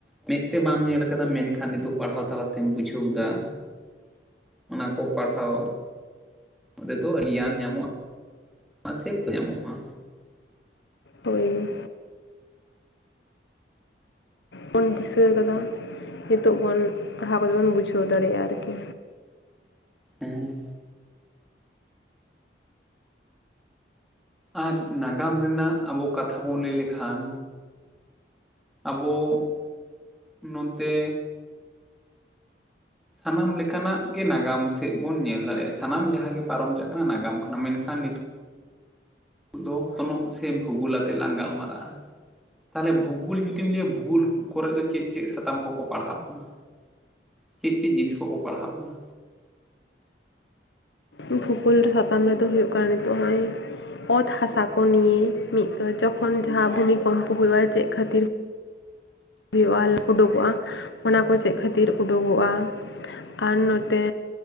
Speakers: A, in the centre; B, on the left.
A: ᱢᱮᱫ ᱛᱮ ᱵᱟᱢ ᱧᱮᱞ ᱠᱟᱫᱟ ᱢᱮᱱᱠᱷᱟᱱ ᱱᱤᱛᱚᱜ ᱯᱟᱲᱦᱟᱣ ᱛᱟᱞᱟᱛᱮᱢ ᱵᱩᱡᱷᱟᱹᱣ ᱮᱫᱟ᱾ ᱚᱱᱟ ᱠᱚ ᱯᱟᱲᱦᱟᱣ ᱨᱮᱫᱚ ᱜᱮᱭᱟᱱ ᱧᱟᱢᱚᱜ-ᱟ᱾ ᱢᱟᱥᱮᱯ ᱧᱟᱢᱚᱜ-ᱟ᱾
B: ᱦᱳᱭ᱾ ᱵᱚᱱ ᱫᱤᱥᱟᱹ ᱠᱟᱫᱟ ᱱᱤᱛᱚᱜ ᱵᱚᱱ ᱯᱟᱲᱦᱟᱣ ᱠᱟᱛᱮ ᱵᱚᱱ ᱵᱩᱡᱷᱟᱹᱣ ᱫᱟᱲᱮᱭᱟᱜ-ᱟ ᱟᱨᱠᱤ᱾
A: ᱦᱩᱸᱻ ᱟᱨ ᱱᱟᱜᱟᱢ ᱨᱮᱱᱟᱜ ᱟᱵᱚ ᱠᱟᱛᱷᱟ ᱵᱚᱱ ᱞᱟᱹᱭ ᱞᱮᱠᱷᱟᱱ, ᱟᱵᱚᱻ ᱱᱚᱛᱮᱻ ᱥᱟᱱᱟᱢ ᱞᱮᱠᱟᱱᱟᱜ ᱜᱮ ᱱᱟᱜᱟᱢ ᱥᱮᱫ ᱵᱚᱱ ᱧᱮᱞ ᱫᱟᱲᱮᱭᱟᱜᱼᱟ, ᱥᱟᱱᱟᱢ ᱡᱟᱦᱟᱸ ᱜᱮ ᱯᱟᱨᱚᱢ ᱪᱟᱜ ᱠᱟᱱᱟ ᱱᱟᱜᱟᱢ ᱠᱟᱱᱟ ᱢᱮᱱᱠᱷᱟᱱ ᱱᱤᱛᱚᱜ ᱱᱤᱛᱚᱜ ᱫᱚ ᱚᱛᱱᱚᱜ ᱥᱮ ᱵᱷᱩᱜᱩᱞ ᱟᱛᱮ ᱞᱟᱝ ᱜᱟᱞᱢᱟᱨᱟᱜ-ᱟ᱾ ᱛᱟᱦᱚᱞᱮ ᱵᱷᱩᱜᱩᱞ ᱡᱩᱫᱤᱢ ᱞᱟᱹᱭᱟ ᱵᱷᱩᱜᱳᱞ ᱠᱚᱨᱮ ᱫᱚ ᱪᱮᱫ ᱪᱮᱫ ᱥᱟᱛᱟᱢ ᱠᱚᱠᱚ ᱯᱟᱲᱦᱟᱣ ᱠᱟᱱᱟ? ᱪᱮᱫ ᱪᱮᱫ ᱡᱤᱱᱤᱥ ᱠᱚᱠᱚ ᱯᱟᱲᱦᱟᱣ ᱵᱚᱱᱟ?
B: ᱵᱷᱩᱜᱚᱞ ᱥᱟᱛᱟᱢ ᱨᱮᱫᱚ ᱦᱩᱭᱩᱜ ᱠᱟᱱᱟ ᱱᱤᱛᱚᱜ ᱦᱚᱸᱜ-ᱚᱭ ᱚᱛ ᱦᱟᱥᱟ ᱠᱚ ᱱᱤᱭᱮ ᱢᱤᱫ ᱫᱚ ᱡᱚᱠᱷᱚᱱ ᱡᱟᱦᱟᱸ ᱵᱷᱩᱢᱤᱠᱚᱢᱯᱚ ᱦᱩᱭᱩᱜ-ᱟ ᱪᱮᱫ ᱠᱷᱟᱹᱛᱤᱨ ᱦᱩᱭᱩᱜ-ᱟ, ᱩᱰᱩᱠᱚᱜ-ᱟ ᱚᱱᱟ ᱠᱚ ᱪᱮᱫ ᱠᱷᱟᱹᱛᱤᱨ ᱩᱰᱩᱠᱚᱜᱼᱟ? ᱟᱨ ᱱᱚᱛᱮᱻ